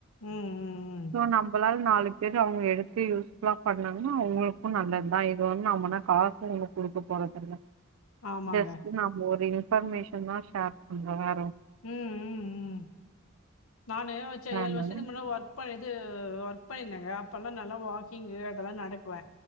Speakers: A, on the left (about 80°); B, on the right (about 80°).
A: ம் ம் ம்
B: சோ நம்பளால நாலு பேரு அவங்க எடுத்து யூஸ்ஃபுல்லா பண்ணாங்கன்னா அவங்களுக்கு நல்லதுதா இ து ஒண்ணு அவுங்க ஒண்ணு காசு நமக்கு குடுக்கப் போறதில்ல
A: ஆமாங்க
B: ஜஸ்ட் நாம ஒரு இன் ஃபர்மேஷன்தா ஷேர் பண்றோ வே
A: ம் ம் ம் நானு வச்ச
B: அதனால
A: ஏழு வருஷத்துக்கு முன்னால ஒர்க் பண்ணி இது ஒர்க் பண்ணிருந்தங்க அப்பல்லா நல்லா வாக்கிங்கு அதெல்லா நடக்குவே